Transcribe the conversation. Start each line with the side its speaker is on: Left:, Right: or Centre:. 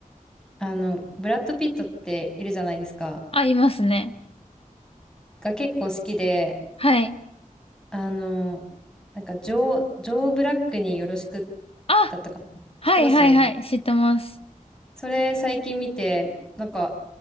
Centre: あの、ブラッド・ピットっているじゃないですか。
Left: あ、いますね。
Centre: が結構好きで、
Left: はい。
Centre: あの、なんか、ジョー、ジョー・ブラックによろしく
Left: あ、
Centre: だったかな。
Left: はいはいはい、
Centre: 知ってます
Left: 知ってます。
Centre: それ最近見て、なんか、